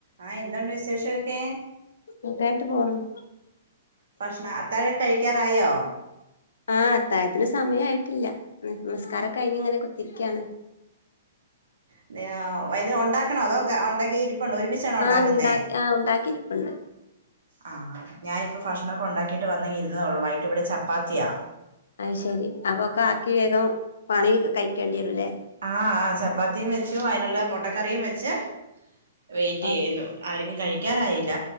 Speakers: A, on the right; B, on the left.
A: ആഹ് എന്തോണ്ട് വിശേഷമൊക്കെ.
B: സുഖായിട്ട് പോവുന്നു. ‌
A: ഭക്ഷണ അത്താഴൊക്കെ കഴിക്ക്യാറായോ.
B: ആഹ് അത്തായത്തിന് സമയായിട്ടില്ല ന് ന്സ്കാരൊകഴിഞ്ങ്ങനെ കുത്തിര്ക്ക്യാണ്.
A: അതെയോ വൈന്നേ ഉണ്ടാക്കണോ അതോ ക്ര ഉണ്ടാക്കി ഇരിപ്പണ്ടോ ഒരുമിച്ചാണോ ഉണ്ടാക്കുന്നേ.
B: ആഹ് ഉണ്ടാക്കി ആഹ് ഉണ്ടാക്കിരിപ്പുണ്ട്
A: ആഹ് ഞാനിപ്പൊ ഭക്ഷണൊക്കെണ്ടാക്കിയിട്ട് വന്നേ ഇരുന്നതൊള്ളൂ വൈകിട്ട് ഇവടെ ചപ്പാത്തിയാ.
B: അത് ശെരി അപ്പൊക്കെ ആക്കി വേഗം പണി കഴിക്കേണ്ടി വരുലേ.
A: ആഹ് ആ ചപ്പാത്തിയും വെച്ചു അയിനുള്ള മുട്ടക്കറിയും വെച്ച് വെയ്റ്റെയ്യുന്നു.
B: ആഹ്
A: ആര്ക്കും കഴിക്കാറായില്ല